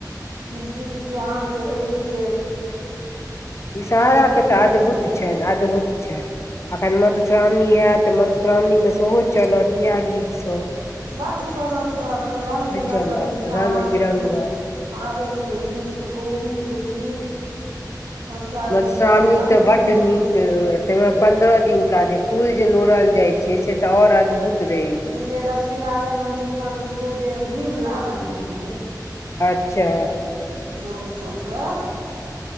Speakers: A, on the right (about 85°); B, on the left (about 40°).
A: ई गीत जे अहाँके अइ से
B: विषहहाराके
A: अद्भुत
B: तऽ
A: गीत
B: अद्भुत
A: होइया
B: छनि अद्भुत छनि। एखन मधुश्रावणी हैत मधुश्रावणीमे सेहो चलत यैह गीतसब।
A: बड्ड चलत तऽ एखन रंग बिरंगक
B: चलत
A: विषहाराक
B: रंग बिरंगक
A: गीत। पाबनि के गीत गौरी के गीत। सबटा
B: मधुश्रावणी
A: गीत सब रंग
B: तऽ बड्ड
A: बिरंगक
B: नीक तै मे पन्द्रह दिनका जे फूल जे लोड़ल जाइ छै से तऽ और अद्भुत। रहै
A: ई जे लक्ष्मी नारायण मन्दिर पर बुझियौ जे भीड़ लागल रहैये।
B: अच्छा
A: लोक सबके